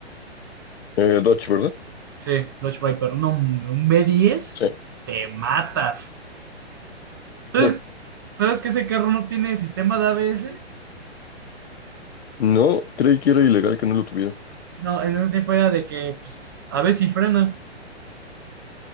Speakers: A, on the left; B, on the right.
A: Eh, Dodge, ¿verdad?
B: Sí, Dodge Viper, no, hombre, un B10,
A: Sí.
B: te matas. ¿Sabes,
A: <laughs>
B: sabes que ese carro no tiene sistema de ABS?
A: No, creí que era ilegal que no lo tuviera.
B: No, en ese tiempo era de que, pues, a veces sí frena,